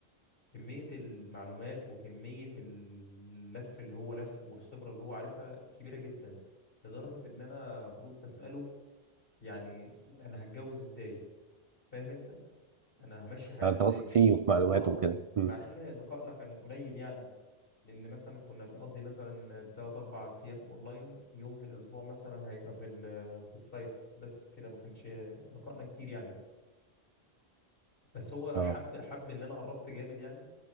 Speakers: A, on the left; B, on the right.
A: كمية المعلومات وكمية اللف اللي هو لفه والخبرة اللي هو عارفها كبيرة جدا لدرجة ان انا فضلت اسأله يعني انا هتجوز ازاي فاهم انت انا همشي حياتي
B: فانت
A: ازاي
B: واثق فيه وفي معلوماته
A: اه ما
B: وكده
A: هو- مع
B: مم.
A: ان لقائنا كان قليل يعني لان مثلا كنا بنقضي مثلا 3 4 ايام اونلاين يوم في الاسبوع مثلا هيبقى في ال- في السايت بس كده ما كانش لقائنا كتير يعني بس هو
B: اه
A: حب حب ان انا قربت جامد يعني